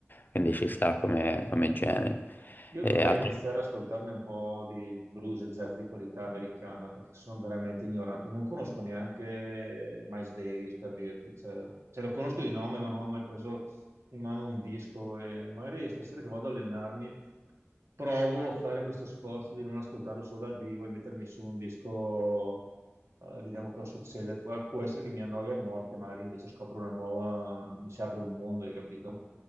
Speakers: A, on the left (about 45°); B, on the right (about 80°).
A: quindi ci sta come, come genere.
B: Io
A: E
B: dovrei
A: Ho altri
B: iniziare ad ascoltarne un po' di blues e jazz di qualità americana perché sono veramente ignorante. Non conosco neanche Miles Davis per dirti, cioè, cioè, lo conosco di nome, ma non ho mai preso in mano un disco. E magari stasera che vado ad allenarmi provo a fare questo sforzo di non ascoltarlo solo dal vivo e mettermi su un disco, eh, vediamo cosa succede. Pu- può essere che mi annoio a morte, magari invece scopro una nuova, mi si apre un mondo, hai capito?